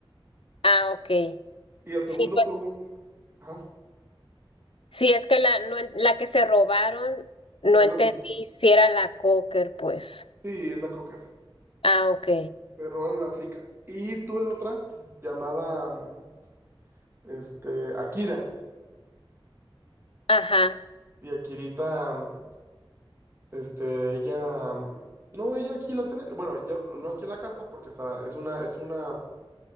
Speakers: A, on the left; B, on the right.
A: ah, ok.
B: Y el segundo
A: Sí, pues,
B: fue un... Ajá,
A: sí, es que la, no en- la que se robaron, no
B: es
A: entendí
B: la misma.
A: si era la cocker, pues.
B: Sí, es la cocker.
A: Ah, ok.
B: Se robaron a Flica. Y tuve otra llamada, mm, este, Akira.
A: Ajá,
B: Y Akirita, mm, Este, ella, mm, no, ella aquí la tiene, bueno, ya no aquí en la casa porque está, es una, es una,